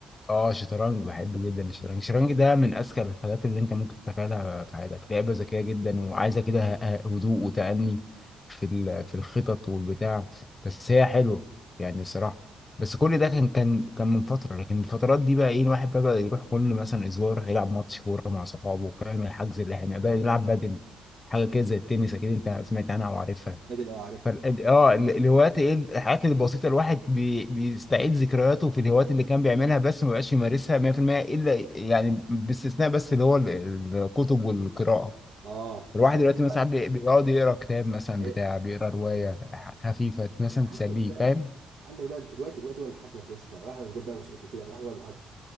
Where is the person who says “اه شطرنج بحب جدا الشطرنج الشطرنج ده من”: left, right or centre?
Left